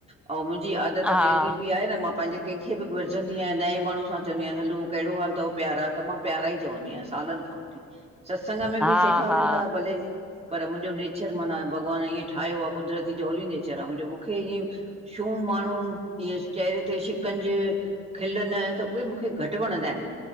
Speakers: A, on the right; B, in the centre.
A: अंउं मुंजी आदत
B: हा
A: कहिणी बि आहे न मां पांजे कंहिंखे बि घुरजंदी आहिया नए माण्हूं सां चवंदी आहियान हलो कहिड़ो हाल तव प्यारा त मां प्यारा ई चवंदी आहियां सालनि खां वठी। सत्संग में
B: हा
A: बि सेखारनि
B: हा
A: था भले पर मुंहिंजो नेचर माना भॻवानु ईअं ठाहियो आ, कुदरती जौली नेचर आ मुंहिंजो मुखे ईएं छूम माण्हू ईअ चेहिरे ते शिकंज खिल न, त उहे मुखे घटि वणंदा आहिनि।